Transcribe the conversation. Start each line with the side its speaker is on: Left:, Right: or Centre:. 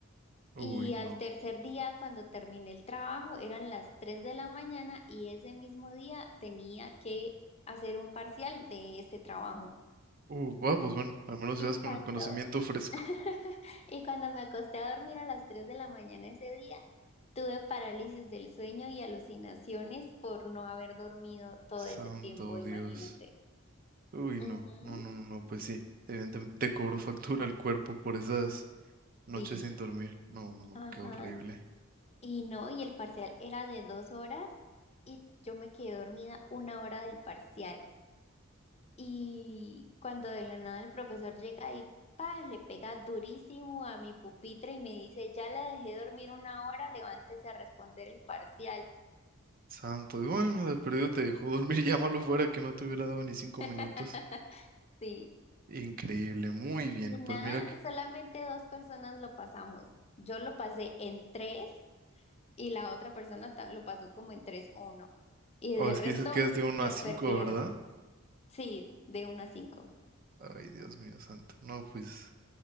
Left: Y
Right: Uy,
Left: al
Right: no.
Left: tercer día, cuando terminé el trabajo, eran las 3 de la mañana y ese mismo día tenía que hacer un parcial de ese trabajo.
Right: Uh, bueno, pues bueno, al menos
Left: Y
Right: ibas
Left: cuando,
Right: con el conocimiento fresco.
Left: <laughs> y cuando me acosté a dormir a las 3 de la mañana ese día, tuve parálisis del sueño y alucinaciones por no haber dormido todo
Right: Santo
Left: ese tiempo, imagínate.
Right: Dios. Uy, no,
Left: Ujú,
Right: no, no, no, no, pues sí. Evidentemente te cobró factura el cuerpo por esas noches
Left: Sí,
Right: sin dormir. No, no, no,
Left: ajá.
Right: qué horrible.
Left: Y no, y el parcial era de dos horas y yo me quedé dormida una hora del parcial. Y cuando de la nada el profesor llega y ¡pah! le pega durísimo a mi pupitre y me dice, ya la dejé dormir una hora, levántese a responder el parcial.
Right: Santo Dios. Bueno, de perdido te dejó dormir, <laughs> llámalo fuera que no te hubiera dado ni cinco
Left: <laughs>
Right: minutos.
Left: Sí.
Right: Increíble, muy bien.
Left: Y nada,
Right: Pues mira que.
Left: solamente dos personas lo pasamos. Yo lo pasé en tres y la otra persona ta- lo pasó como en tres uno. Y de
Right: Oh, es
Left: resto
Right: que dices que es de uno
Left: lo
Right: a cinco,
Left: perdieron.
Right: ¿verdad?
Left: Sí, de uno a cinco.
Right: Ay, Dios mío santo. No, pues.